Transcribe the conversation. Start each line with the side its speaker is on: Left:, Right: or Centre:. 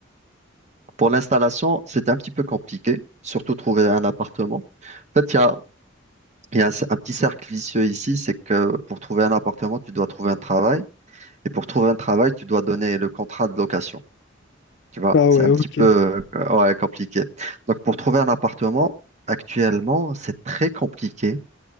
Right: Pour l'installation, c'était un petit peu compliqué, surtout trouver un appartement. En fait, il y a, il y a un, un petit cercle vicieux ici, c'est que pour trouver un appartement, tu dois trouver un travail. Et pour trouver un travail, tu dois donner le contrat de location. Tu vois,
Left: Ah
Right: c'est
Left: ouais,
Right: un
Left: ok.
Right: petit peu euh, ouais, compliqué. Donc, pour trouver un appartement, actuellement, c'est très compliqué.